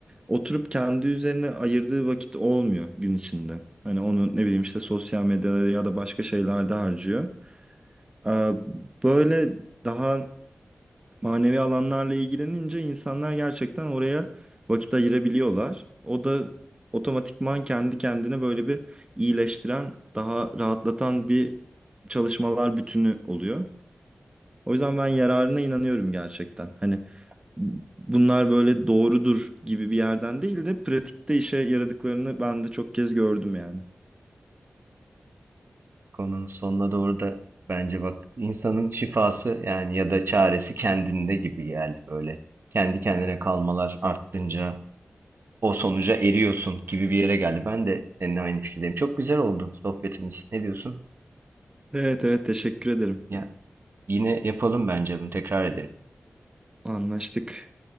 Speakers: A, on the right (about 20°); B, on the right (about 60°).
A: oturup kendi üzerine ayırdığı vakit olmuyor gün içinde. Hani onu ne bileyim işte sosyal medyada ya da başka şeylerde harcıyor. E, böyle daha manevi alanlarla ilgilenince insanlar gerçekten oraya vakit ayırabiliyorlar. O da otomatikman kendi kendine böyle bir iyileştiren, daha rahatlatan bir çalışmalar bütünü oluyor. O yüzden ben yararına inanıyorum gerçekten. Hani bunlar böyle doğrudur gibi bir yerden değil de pratikte işe yaradıklarını ben de çok kez gördüm yani.
B: Konunun sonuna doğru da bence bak insanın şifası yani ya da çaresi kendinde gibi geldi böyle. Kendi kendine kalmalar arttınca o sonuca eriyorsun gibi bir yere geldi. Ben de seninle aynı fikirdeyim. Çok güzel oldu sohbetimiz. Ne diyorsun?
A: Evet evet teşekkür ederim.
B: Ya yine yapalım bence bunu tekrar edelim.
A: Anlaştık.